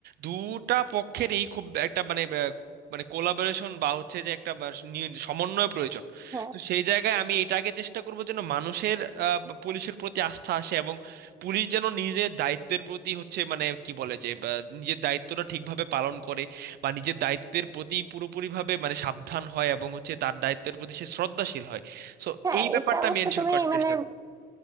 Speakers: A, on the right; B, on the right.
A: দুটা পক্ষেরই খুব একটা মানে আহ, মানে কোলাবোরেশন বা হচ্ছে যে একটা বা নিয়ন- সমন্বয় প্রয়োজন
B: হ্যাঁ
A: তো সেই জায়গায় আমি এটাকে চেষ্টা করব যেন মানুষের আহ, পুলিশের প্রতি আস্থা আসে এবং পুলিশ যেন নিজের দায়িত্বের প্রতি হচ্ছে মানে কি বলে যে বা নিজের দায়িত্বটা ঠিকভাবে পালন করে বা নিজের দায়িত্বের প্রতি পুরোপুরিভাবে মানে সাবধান হয় এবং হচ্ছে তার দায়িত্বের প্রতি সে শ্রদ্ধাশীল হয় সো
B: হ্যাঁ
A: এই ব্যাপারটা
B: এটা অবশ্য
A: আমি এনশিওর
B: তুমি
A: করার
B: মানে
A: চেষ্টা করব